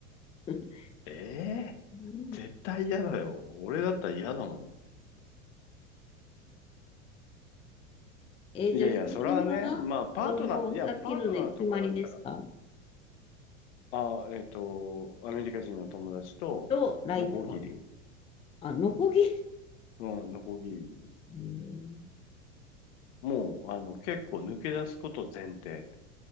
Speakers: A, on the left (about 15°); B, on the left (about 60°).
A: <laughs>
B: え。ええ
A: うん。
B: 絶対嫌だよ。俺だったら嫌だも
A: えーじゃあ、
B: ん。いやいや、
A: 翔平さんは、
B: それはね、まあ、パートナー、
A: その、
B: いや、
A: さっきので決まりですか
B: パートナーとかだったら、ああ、えっと、アメリカ人の友達と、
A: と、ライター
B: ノコギリ。
A: あ、ノコギ
B: うん、ノコギリで。
A: リ。
B: もう、あの、結構抜け出すこと前提。